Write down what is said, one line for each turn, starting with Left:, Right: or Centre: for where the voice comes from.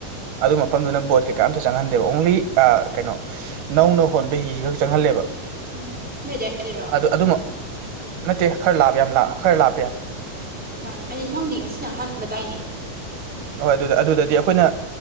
Right: ꯑꯗꯨ ꯃꯐꯝꯗꯨꯅ ꯕꯣꯠ ꯀꯩꯀꯥ ꯑꯝꯇ ꯆꯪꯍꯟꯗꯦꯕ ꯑꯣꯡꯂꯤ ꯑꯥ ꯀꯩꯅꯣ ꯅꯧꯅ ꯍꯣꯟꯕ ꯍꯤ ꯈꯛ ꯆꯪꯍꯜꯂꯦꯕ
Centre: ꯎꯝ ꯅꯣꯏ ꯑꯗꯨꯋꯥꯏꯗꯔꯣ
Right: ꯑ ꯑꯗꯨꯃꯛ ꯅꯠꯇꯦ ꯈꯔ ꯂꯥꯞ ꯌꯥꯝ ꯂꯥꯞ ꯈꯔ ꯂꯥꯞꯄꯦ
Centre: <unintelligible> ꯈꯪꯗꯦ ꯉꯁꯤꯅ ꯑꯍꯥꯟꯕ ꯇꯥꯏꯅꯦ
Right: ꯍꯣꯏ ꯑꯗꯨꯗ ꯑꯗꯨꯗꯗꯤ ꯑꯩꯈꯣꯏꯅ